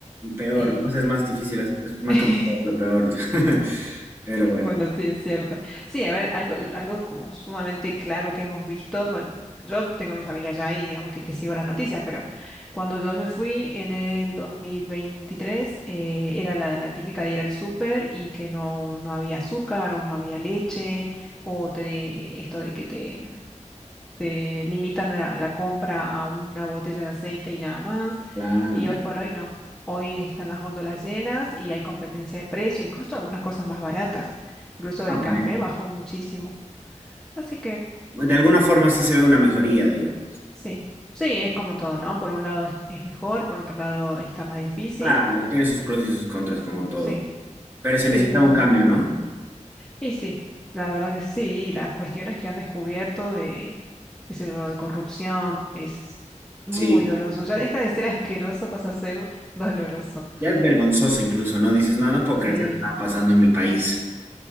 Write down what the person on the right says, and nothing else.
peor,
¿no? O sea, es más difícil, es es más
complicado lo peor, <laughs> pero bueno.
Claro.
Ah,
bueno.
De alguna forma sí se ve una mejoría, digamos.
Claro, tiene sus pros y sus contras como todo.
Pero se
necesitaba
un
cambio, ¿no?
Sí,
Ya es vergonzoso incluso, ¿no? Dices, no, no puedo
creer que esto está pasando en mi país.